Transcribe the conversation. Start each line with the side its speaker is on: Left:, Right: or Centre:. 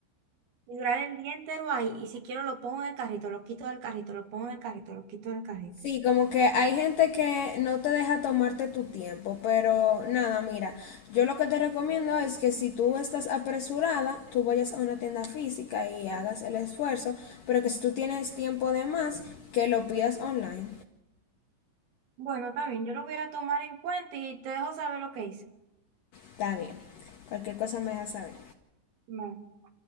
Right: y durar el día entero ahí. Y si quiero lo pongo en el carrito, lo quito del carrito, lo pongo en el carrito, lo quito del carrito.
Left: Sí, como que hay gente que no te deja tomarte tu tiempo, pero nada, mira, yo lo que te recomiendo es que si tú estás apresurada, tú vayas a una tienda física y hagas el esfuerzo, pero que si tú tienes tiempo de más, que lo pidas online.
Right: Bueno, también yo lo voy a tomar en cuenta y te dejo saber lo que hice.
Left: Está bien. Cualquier cosa me dejas saber.
Right: Bueno.